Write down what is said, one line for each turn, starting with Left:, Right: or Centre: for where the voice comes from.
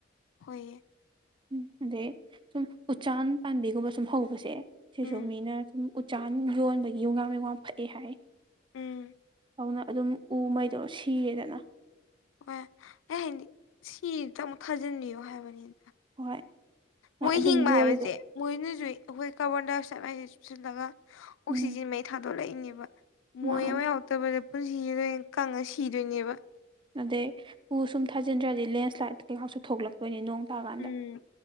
Left: ꯍꯣꯏꯌꯦ
Right: ꯎꯝ ꯑꯗꯩ ꯁꯨꯝ ꯎꯥꯟ ꯄꯥꯟꯝꯕꯤꯒꯨꯝꯕ ꯁꯨꯝ ꯍꯧꯕꯁꯦ ꯁꯤꯁꯨ
Left: ꯎꯝ
Right: ꯃꯤꯅ ꯁꯨꯝ ꯆꯥ ꯑꯗꯨꯝ ꯌꯣꯟꯕꯒꯤ ꯌꯣꯡꯉꯝ ꯌꯣꯡꯉꯝ ꯐꯛꯑꯦ ꯍꯥꯏ
Left: ꯎꯝ
Right: ꯍꯧꯅ ꯑꯗꯨꯝ ꯎꯉꯩꯗꯣ ꯁꯤꯔꯦꯗꯅ
Left: ꯍꯣꯏ ꯑꯩ ꯍꯥꯏꯗꯤ ꯁꯤꯇꯪ ꯈꯥꯖꯤꯟꯕꯤꯌꯣ ꯍꯥꯏꯕꯅꯤꯗ
Right: ꯍꯣꯏ
Left: ꯃꯣꯏ
Right: ꯑꯗꯨꯝ
Left: ꯍꯤꯡꯕ
Right: ꯌꯣꯜꯂꯤꯗꯣ
Left: ꯍꯥꯏꯕꯁꯦ ꯃꯣꯏꯅꯁꯨ ꯑꯩꯈꯣꯏ ꯀꯥꯔꯕꯣꯟꯗꯥꯏ ꯑꯣꯛꯁꯥꯏꯠ ꯃꯥꯏꯁꯦ ꯆꯨꯞꯁꯤꯜꯂꯒ
Right: ꯎꯝ
Left: ꯑꯣꯛꯁꯤꯖꯦꯟ ꯃꯩ ꯊꯥꯗꯣꯛꯂꯛꯏꯅꯦꯕ ꯃꯣꯏ
Right: ꯃꯥꯅꯦ
Left: ꯑꯃ ꯌꯥꯎꯇꯕꯗ ꯄꯨꯟꯁꯤꯖꯤ ꯀꯪꯉꯥ ꯁꯤꯗꯣꯏꯅꯦꯕ
Right: ꯑꯗꯩ ꯎꯝ ꯁꯨꯝ ꯊꯥꯖꯤꯟꯗ꯭ꯔꯥꯗꯤ ꯂꯦꯟꯁ꯭ꯂꯥꯏꯠ ꯀꯩꯀꯥꯁꯨ ꯊꯣꯛꯂꯛꯇꯣꯏꯅꯤ ꯅꯣꯡ ꯇꯥꯀꯥꯟꯗ
Left: ꯎꯝ